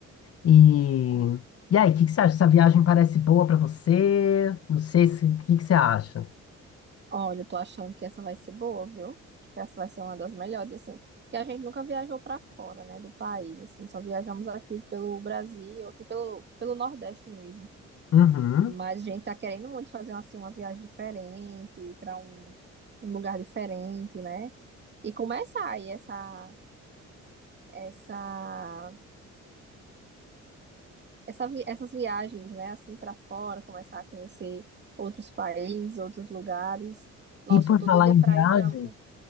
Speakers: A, on the left; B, on the right.
A: E, e aí, o que, que você acha? Essa viagem parece boa pra você? Não sei se, o que, que você acha.
B: Olha, eu tô achando que essa vai ser boa, viu? Acho que essa vai ser uma das melhores, assim. Porque a gente nunca viajou pra fora, né, do país, assim. Só viajamos aqui pelo Brasil, aqui pelo, pelo Nordeste mesmo.
A: Uhum.
B: Mas a gente tá querendo muito fazer, assim, uma viagem diferente, ir pra um, um lugar diferente, né? E começar aí essa, essa, essa, vi- essas viagens, né, assim, pra fora, começar a conhecer outros países, outros lugares. Nossa,
A: E por
B: eu tô
A: falar
B: doida
A: em
B: pra
A: viagem,
B: ir pra algum.